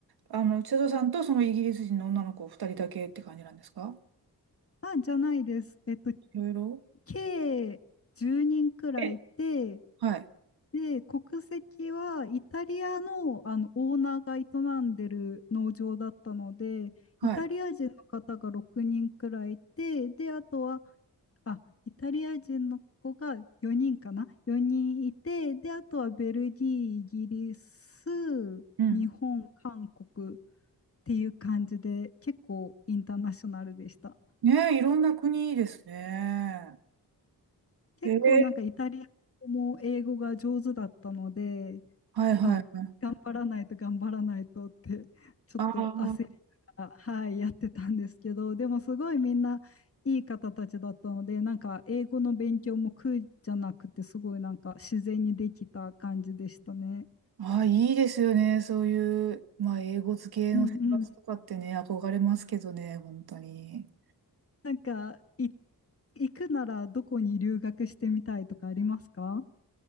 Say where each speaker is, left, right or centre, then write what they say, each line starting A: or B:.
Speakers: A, on the right; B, on the left.
A: あの、千里さんとそのイギリス人の女の子二人だけって感じなんですか
B: あじゃないです。えっと
A: いろいろ。
B: 計10人くらいいて
A: え、はい、
B: で国籍はイタリアの、あのオーナーが営んでる農場だったのでイタリア人の方が6人くらいいてであとは
A: はい。
B: あ、イタリア人の子が4人かな ?4 人いて、で、あとはベルギー、イギリス、
A: うん。
B: 日本、韓国っていう感じで、結構インターナショナルでした。
A: ねえ、いろんな国ですね。
B: 結構なんかイタリア語も英語が上手だったので、
A: えー、はいはいはい。
B: あ、頑張らないと頑張らないとって、ちょっと焦りながら、
A: ああ、
B: はい、やってたんですけど、でもすごいみんないい方たちだったので、なんか英語の勉強も苦じゃなくて、すごいなんか自然にできた感じでしたね。
A: ああ、いいですよね。そういう、まあ、英語付けの生活とかってね、
B: うんうん。
A: 憧れますけどね、本当に。
B: なんか、い、行くならどこに留学してみたいとかありますか